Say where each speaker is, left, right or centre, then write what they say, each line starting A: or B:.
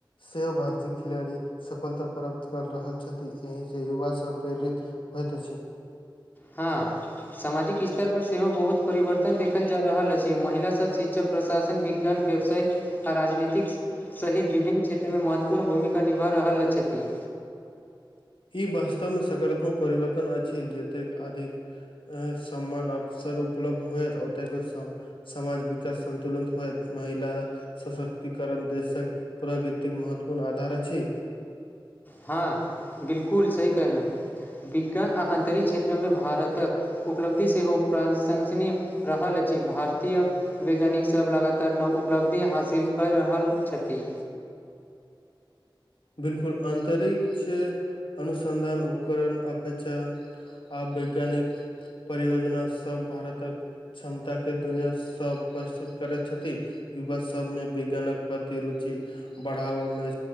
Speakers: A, on the left (about 75°); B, on the left (about 20°).
A: सेहो भारतीय खिलाड़ी सफलता प्राप्त कर रहल छथि एहि से युवा सब प्रेरित होइत छी
B: हां सामाजिक स्तर पर सेहो बहुत परिवर्तन देखल जा रहल अछि महिलासभ शिक्षक प्रशासन विज्ञान आ राजनीतिक सहित विभिन्न क्षेत्र मे महत्वपूर्ण भूमिका निभा रहल छथि
A: ई वास्तव मे सकारात्मक परिवर्तन अछि जतेक अधिक सम्मान अवसर उपलब्ध होयत ओतऽके स समाज विकास संतुलनत होएत महिला सशक्तिकरण देशक प्रगृतिक महत्वपूर्ण आधार अछि
B: हां बिलकुल सही कहलहुँ विज्ञान आ अन्तरिक क्षेत्रमे भारतक उपलब्धि सेहो प्रासंसनिय रहल अछि भारतीय वैज्ञानिक सभ लगातार नव उपलब्धि हासिल कऽ रहल छथि
A: बिलकुल अतरिक्ष अनुसन्धान उपकरण अपेचन आ वैज्ञानिक परियोजना सब भारतक क्षमता के दुनिया सब प्रस्तुत करैत छथि युवा सबमे वैज्ञानक प्रति रुचि बढ़ाबा मे